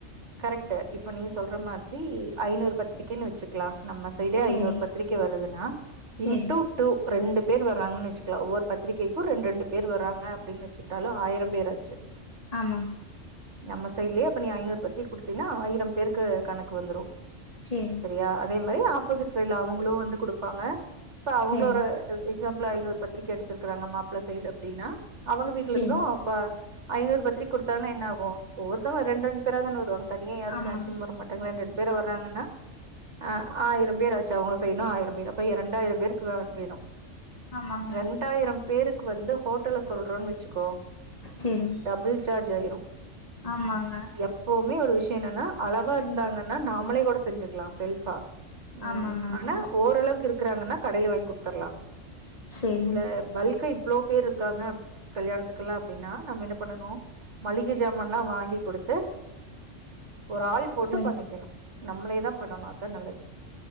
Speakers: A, on the right (about 65°); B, on the left (about 30°).
A: கரெக்டு இப்ப நீ சொல்ற மாதிரி ஐநூறு பத்திரிகைன்னு வச்சுக்கலா நம்ம சைடே
B: சேரிங்
A: ஐநூறு பத்திரிகை வருதுன்னா
B: சேரிங்
A: இன்ட்டு டூ ரெண்டு பேர் வர்றங்கன்னு வச்சுக்கலா ஒவ்வரு பத்திரிகைக்கு ரெண்டு ரெண்டு பேர்றாங்க அப்படின்னு வச்சுட்டாலும் ஆயிரம் பேராச்சு
B: ஆமாங்க
A: நம்ம சைலே அப்ப நீ ஐநூறு பத்திரிக் குடுத்தீன்னா ஆயிரம் பேருக்கு கணக்கு வந்துரு
B: சேரிங்
A: சரியா அதே மாரி ஆப்போசிட் சைட்ல அவங்களு வந்து குடுப்பாங்க இப்ப அவங்களோற
B: சேரி
A: எக் எக்ஸாம்பிளா ஐநூறு பத்திரிக்க அடிச்சிருக் இருக்காங்க மாப்பிள சைடு அப்டின்னா அவங்க வீட்டுல
B: சேரி
A: இருந்தும் அப்ப ஐநூறு பத்திரிக்க குடுத்தாங்கனா என்ன ஆகும் ஒவ்வொருத்தங்களு ரெண்டு ரெண்டு பேரா தான வருவா தனியா யாரு
B: ஆமாங்
A: மேக்சிமம் வர மாட்டாங்க ரெண்டு டைம் ரெண்டு பேர் வராங்கனா அ ஆயிரம் பேர் ஆச்சு அவங்க சைடும் ஆயிரம் பேர் அப்ப ரெண்டாயிரம் பேருக்கு வேணும்
B: ஆமாங்க
A: ரெண்டாயிரம் பேருக்கு வந்து ஹோட்டல்ல சொல்றோன்னு வச்சு வச்சுக்கோ
B: சேரிங்
A: டபுள் சார்ஜ் ஆயிரும்
B: ஆமாங்க
A: எப்பவுமே ஒரு விஷயம் என்னன்னா அளவா இருந்தாங்கன்ன நாமளே கூட செஞ்சுக்கலாம் செல்பா ம்
B: ஆமாங்க ஆமாங்க
A: ஆனா ஓரளவுக்கு இருக்கு இருக்குறாங்கன்னா கடைல வாங்கி குடுத்துரலாம்
B: சேரிங்
A: இதுல பல்கை இவ்ளோ பேர் இருக்காங்க கல்யணத்துக்கல்லா அப்டின்னா நம்ம என்ன பண்ணனும் மளிக ஜாமான்லா வாங்கி குடுத்து ஒரு ஆள் போட்டு
B: சரி
A: பண்ணிக்கணு நம்மளே தான் பண்ணனு அதான் நல்லது